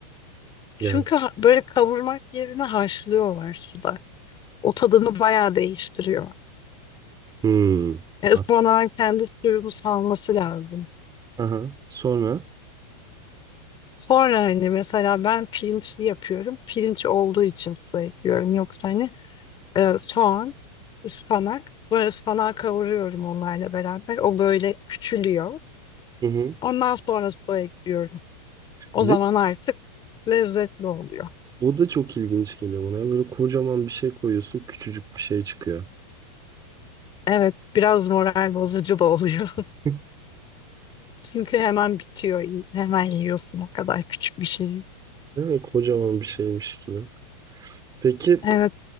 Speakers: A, on the left; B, on the right.
A: Çünkü
B: Yani.
A: ha- böyle kavurmak yerine haşlıyorlar suda. O tadını bayağı değiştiriyor.
B: Hmm.
A: E, ıspanağın
B: A-
A: kendi suyunu salması lazım.
B: Aha. Sonra
A: Sonra hani mesela ben pirinçli yapıyorum. Pirinç olduğu için su ekliyorum. Yoksa hani e, soğan, ıspanak. Sonra ıspanağı kavuruyorum onlarla beraber. O böyle küçülüyor.
B: Hı hı.
A: Ondan sonra su ekliyorum. O
B: Değil
A: zaman
B: mi?
A: artık lezzetli oluyor.
B: O da çok ilginç geliyor bana. ya. Böyle kocaman bir şey koyuyorsun, küçücük bir şey çıkıyor.
A: Evet, biraz moral bozucu da oluyor. <laughs>
B: <laughs>
A: Çünkü hemen bitiyor. Hemen yiyorsun o kadar küçük bir şey.
B: Değil mi? Kocaman bir şeymiş gibi. Peki
A: Evet,